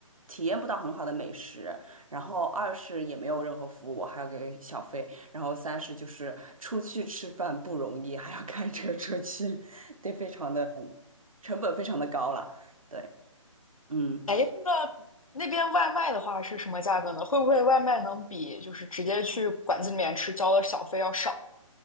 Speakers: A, on the right; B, on the left.
A: 体验不到很好的美食，然后二是也没有任何服务，我还要给小费，然后三是就是出去吃饭不容易，还要开车出去，<laughs> 得非常的成本非常的高了，对，嗯
B: 哎，那那边外卖的话是什么价格呢？会不会外卖能比就是直接去馆子里面吃交的小费要少？